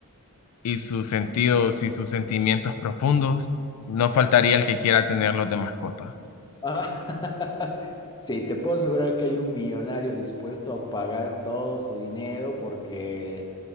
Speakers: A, on the left (about 85°); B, on the left (about 20°).
A: y sus sentidos y sus sentimientos profundos, no faltaría el que quiera tenerlos de mascota.
B: Ah, <laughs> Sí, te puedo asegurar que hay un millonario dispuesto a pagar todo su dinero porque,